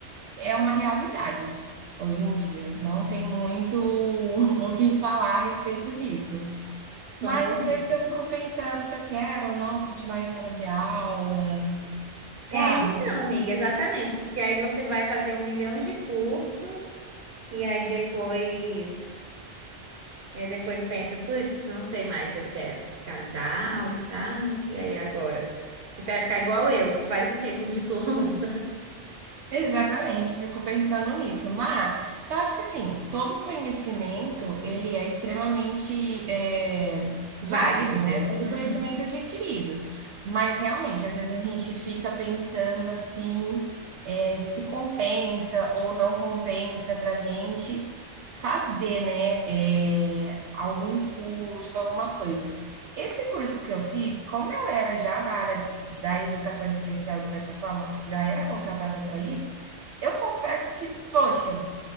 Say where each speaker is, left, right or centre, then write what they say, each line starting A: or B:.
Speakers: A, on the right; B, on the right.
A: é uma realidade hoje em dia. Não tem muito <laughs> o que falar a respeito disso. Mas
B: com certeza.
A: às vezes eu fico pensando se eu quero ou não continuar em sala de aula, sabe?
B: É, então, amiga, exatamente, porque aí você vai fazer um milhão de cursos e aí depois. E aí depois pensa, putz, não sei mais se eu quero ficar dar aula e tal. E aí agora? Tu vai ficar igual eu, faz o quê com diploma?
A: Exatamente, eu fico pensando nisso, mas eu acho que assim, todo conhecimento ele é extremamente eh,
B: <laughs>
A: válido,
B: Válido.
A: né? Todo
B: Uhum.
A: conhecimento é adquirido, mas realmente às vezes a gente fica pensando assim, eh, se compensa ou não compensa para gente fazer, né? eh, algum curso, alguma coisa. Esse curso que eu fiz, como eu era já da área da educação especial, de certa forma, já era contratada para isso, eu confesso que, poxa,